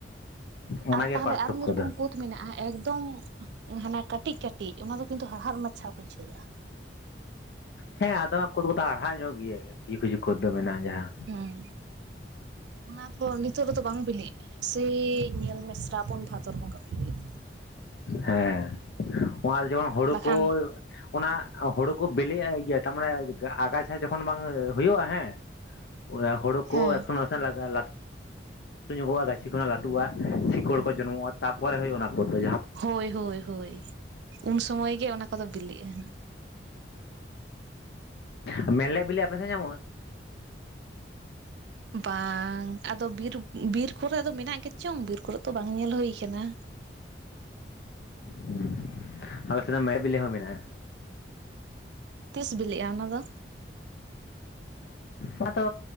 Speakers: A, on the left; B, on the right.
A: ᱚᱱᱟᱜᱮ
B: ᱟᱨ ᱛᱟᱦᱚᱞᱮ
A: ᱯᱟᱨᱛᱷᱚᱠᱠᱚ
B: ᱟᱨ ᱢᱤᱫ ᱨᱚᱠᱚᱢ
A: ᱫᱚ
B: ᱠᱩᱫ ᱢᱮᱱᱟᱜᱼᱟ ᱮᱠᱫᱚᱢ ᱦᱟᱱᱟ ᱠᱟᱹᱴᱤᱡᱼᱠᱟᱹᱴᱤᱡ ᱚᱱᱟ ᱫᱚ ᱠᱤᱱᱛᱩ ᱦᱟᱲᱦᱟᱫ ᱢᱟᱪᱷᱟ ᱵᱩᱡᱷᱟᱹᱜᱼᱟ
A: ᱦᱮᱸ ᱟᱫᱚᱢ ᱠᱩᱫ ᱠᱚᱫᱚ ᱦᱟᱲᱦᱟ ᱧᱚᱜ ᱜᱮᱭᱟ ᱠᱤᱪᱷᱩ ᱠᱤᱪᱷᱩ ᱠᱷᱚᱫ ᱫᱚ ᱢᱮᱱᱟᱜᱼᱟ ᱡᱟᱦᱟᱸ
B: ᱦᱮᱸ ᱚᱱᱟ ᱫᱚ ᱱᱤᱛᱚᱜ ᱨᱮᱫᱚ ᱵᱟᱝ ᱵᱤᱞᱤᱜᱼᱟ᱾ ᱥᱮ ᱧᱮᱞ ᱢᱮ ᱥᱨᱟᱵᱚᱱ ᱵᱷᱟᱫᱚᱨ ᱵᱚᱸᱜᱟ ᱠᱚ ᱞᱟᱹᱭᱟ
A: ᱦᱮᱸ ᱚᱱᱟ ᱫᱚ ᱡᱮᱢᱚᱱ ᱦᱩᱲᱩ
B: ᱵᱟᱠᱷᱟᱱ
A: ᱠᱚ ᱚᱱᱟ ᱦᱩᱲᱩ ᱠᱚ ᱵᱤᱞᱤᱜᱼᱟ ᱤᱭᱟᱹ ᱛᱟᱨᱢᱟᱱᱮ ᱟᱜᱟᱪᱷᱟ ᱡᱚᱠᱷᱚᱱ ᱵᱟᱝ ᱦᱩᱭᱩᱜᱼᱟ ᱦᱮᱸ <unintelligible> ᱦᱩᱲᱩ ᱠᱚ
B: ᱦᱮᱸ
A: ᱮᱛᱚ ᱱᱟᱥᱮ ᱞᱟᱜᱟ ᱞᱟᱴ ᱞᱟᱹᱩ ᱧᱚᱜᱚᱜᱼᱟ ᱜᱟᱹᱪᱷᱤ ᱠᱷᱚᱱᱟᱜ ᱞᱟᱹᱴᱩᱜᱼᱟ ᱥᱤᱠᱚᱲ ᱠᱚ ᱡᱚᱱᱢᱚᱜᱼᱟ ᱛᱟᱯᱚᱨᱮ ᱦᱩᱭᱩᱜ ᱚᱱᱟ ᱠᱚᱫ ᱫᱚ
B: ᱦᱳᱭ ᱦᱳᱭ ᱦᱳᱭ ᱩᱱ ᱥᱩᱢᱚᱭ ᱜᱮ ᱚᱱᱟ ᱠᱚᱫᱚ ᱵᱤᱞᱤᱜᱼᱟ᱾
A: ᱟᱨ ᱢᱮᱞᱞᱮ ᱵᱤᱞᱤ ᱟᱯᱮᱥᱮ ᱧᱟᱢᱚᱜᱼᱟ
B: ᱵᱟᱝ ᱟᱫᱚ ᱵᱤᱨ ᱵᱤᱨ ᱠᱚᱨᱮ ᱫᱚ ᱢᱮᱱᱟᱜ ᱜᱮᱪᱚᱝ ᱵᱤᱨ ᱠᱚᱨᱮ ᱫᱚ ᱵᱟᱝ ᱧᱮᱞ ᱦᱩᱭ ᱟᱠᱟᱱᱟ᱾
A: ᱦᱩᱸ ᱟᱞᱮ ᱥᱮᱱᱟᱜ ᱢᱮᱞᱨᱡ ᱵᱤᱞᱤ ᱦᱚᱸ ᱢᱮᱱᱟᱜᱼᱟ᱾
B: ᱛᱤᱥ ᱵᱤᱞᱤᱜᱼᱟ ᱚᱱᱟᱫᱚ?
A: ᱚᱱᱟᱛᱚ